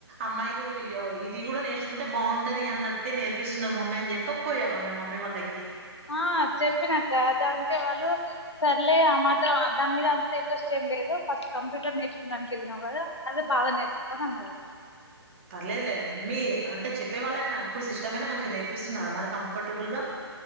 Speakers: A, on the right; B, on the left.
A: అమ్మాయిలు ఇది కూడా నేర్చుకుంటే బాగుంటది అన్నట్టే నేర్పిస్తున్నారు మమ్మీ అని చెప్పకపోయావా మీ మమ్మీ వాళ్ళకి
B: ఆ చెప్పినక్క దానికే వాళ్ళు సర్లే ఆ మాత్రం దాని మీద అంత ఇంట్రెస్ట్ ఏం లేదు ఫస్ట్ కంప్యూటర్ నేర్చుకోడానికి వెళ్లినావు కదా అదే బాగా నేర్చుకో అని అన్నారు
A: పర్లేదులే మీ అంటే చెప్పే వాళ్ళైనా ఇప్పుడు సిస్టమ్ అయినా మంచిగా నేర్పిస్తున్నారా మరి కంఫర్టబుల్ గా